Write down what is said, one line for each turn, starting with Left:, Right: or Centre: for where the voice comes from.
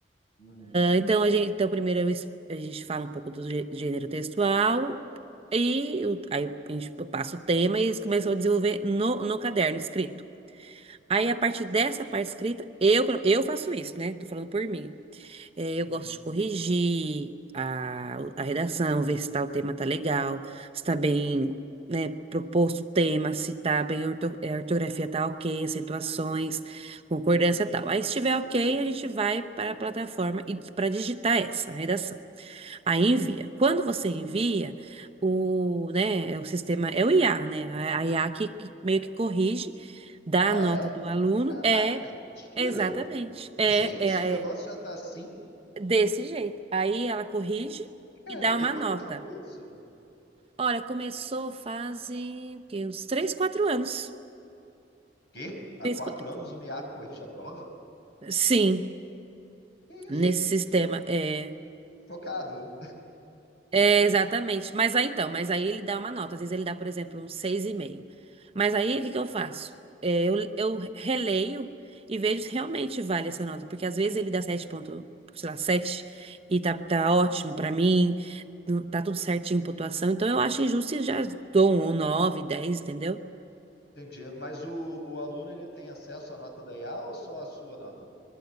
Left: Uhum,
Right: Então, a gente, então primeiro eu es- a gente fala um pouco do gê- gênero textual e o- aí a gente passa o tema e eles começam a desenvolver no, no caderno escrito. Aí, a partir dessa parte escrita, eu, eu faço isso, né? Tô falando por mim. É, eu
Left: uhum,
Right: gosto de corrigir a, a redação, ver se tá, o tema tá legal, se tá bem, né, proposto o tema, se tá bem, orto- é, a ortografia tá ok, acentuações, concordância
Left: uhum.
Right: e tal. Aí, se estiver ok, a gente vai para a plataforma e para digitar essa redação. Aí envia. Quando você envia, o, né, é o sistema, é o IA, né? A a IA que, que meio que corrige, dá
Left: Ah,
Right: a nota
Left: é?
Right: do aluno,
Left: Caraca,
Right: é.
Left: mentira!
Right: Exatamente. É,
Left: Gente,
Right: é,
Left: o negócio
Right: é
Left: já tá assim?
Right: Desse jeito. Aí ela corrige
Left: Cara,
Right: e dá
Left: tem
Right: uma
Left: quanto
Right: nota.
Left: tempo isso?
Right: Olha, começou fazem o quê? Uns 3, 4 anos.
Left: Quê? Há
Right: Três,
Left: quatro
Right: qua-
Left: anos o MIA corrige a prova?
Right: Sim,
Left: Que
Right: nesse
Left: isso, gente?
Right: sistema. é.
Left: Chocado.
Right: É, exatamente. Mas aí então, mas aí ele dá uma nota. Às vezes ele dá, por exemplo, um seis e meio Mas aí o que que eu faço? É, eu, eu releio e vejo se realmente vale essa nota. Porque às vezes ele dá 7 ponto, sei lá, 7 e tá, tá ótimo pra mim, não- tá tudo certinho, pontuação. Então eu acho injusto e já dou um 9 dez entendeu?
Left: Entendi. Mas o, o aluno ele tem acesso à nota da IA ou só à sua nota?